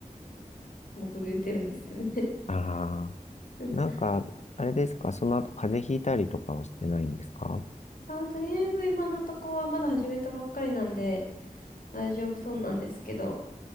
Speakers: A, on the left (about 75°); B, on the left (about 50°).
A: もう震えてるんですよね。
B: あ、ああ、
A: <laughs>
B: なんか、あれですか、その後風邪ひいたりとかはしてないんですか
A: あ、とりあえず今のとこはまだ始めたばっかりなんで大丈夫そうなんですけど、